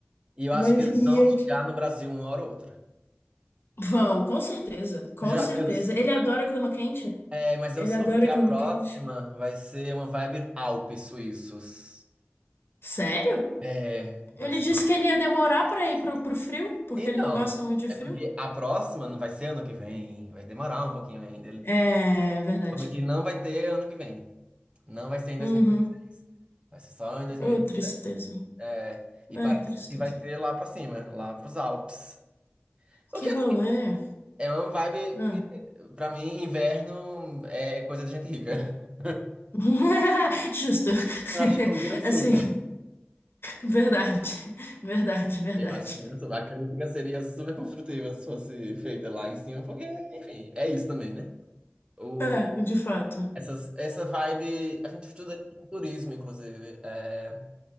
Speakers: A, on the right (about 25°); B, on the left (about 65°).
A: E eu
B: Mas
A: acho que eles
B: e
A: vão
B: aí,
A: chegar
B: tipo,
A: no Brasil uma hora ou outra.
B: Vão, com certeza, com
A: Mas eu já,
B: certeza.
A: eu
B: Ele adora clima quente.
A: É, mas
B: Ele
A: eu soube
B: adora
A: que a
B: clima
A: próxima
B: quente.
A: vai ser uma vibe Alpes suíços.
B: Sério?
A: É,
B: Ele
A: vai ser.
B: disse que ele ia demorar pra ir pro, pro frio, porque
A: Então,
B: ele não gosta muito de
A: é
B: frio.
A: porque a próxima não vai ser ano que vem, vai demorar um pouquinho ainda. Ele
B: É, é verdade.
A: soube que não vai ter ano que vem. Não vai ser em
B: Uhum.
A: 2026. Vai ser só em 2020.
B: Ô, tristeza.
A: É, e
B: Ai,
A: parece
B: tristeza.
A: que vai ser lá pra cima, lá pros Alpes. O
B: Que
A: que
B: rolê.
A: assim, é uma vibe,
B: Ah.
A: porque pra mim inverno é coisa de gente rica. <laughs>
B: <laughs> Justo.
A: Eu acho
B: <laughs>
A: que combina super.
B: Assim, verdade. Verdade, verdade.
A: Eu acho que minha lá, a crítica seria super construtiva se fosse feita lá em cima, porque, enfim, é isso também, né? O,
B: É, de fato.
A: essas, essa vibe, a gente estuda em turismo, inclusive, é,